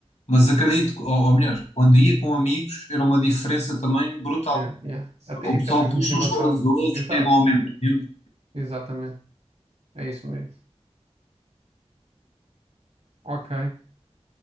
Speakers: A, on the left; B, on the right.
A: Mas acredito, que- ou, ou melhor, quando ia com amigos era uma diferença também brutal,
B: Yeah, yeah. Até
A: porque o
B: em
A: pessoal
B: termos de
A: puxa
B: motivação.
A: uns pelos outros,
B: Exato,
A: chegam ao mesmo tempo.
B: exatamente. É isso mesmo. Ok.